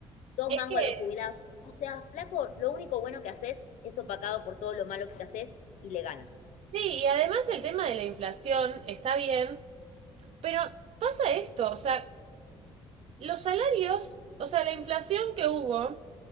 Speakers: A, on the left; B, on the right.
A: dos
B: es
A: mangos
B: que,
A: a los jubilados. O sea, flaco, lo único bueno que haces es opacado por todo lo malo que haces y le ganas.
B: sí, y además el tema de la inflación está bien, pero pasa esto, o sea, los salarios, o sea, la inflación que hubo,